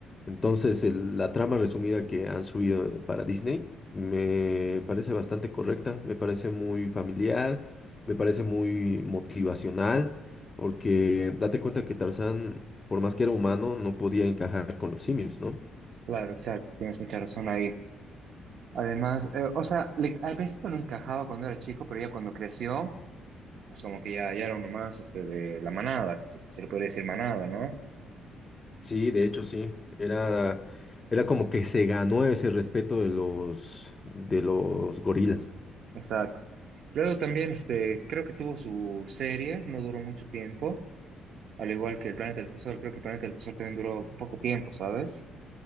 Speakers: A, on the left; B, on the right.
A: Entonces, el- la trama resumida que han subido para Disney me parece bastante correcta, me parece muy familiar, me parece muy motivacional, porque date cuenta que Tarzán, por más que era humano, no podía encajar con los simios, ¿no?
B: Claro, exacto. Tienes mucha razón ahí. Además, eh, o sea, le- al principio no encajaba cuando era chico, pero ya cuando creció, Es como que ya, ya era uno más este, de la manada, si es que se le puede decir manada, ¿no?
A: Sí, de hecho sí, era, era como que se ganó ese respeto de los, de los gorilas.
B: exacto. Luego también, este, creo que tuvo su serie, no duró mucho tiempo, al igual que el Planeta del Tesoro, creo que el Planeta del Tesoro también duró poco tiempo, ¿sabes?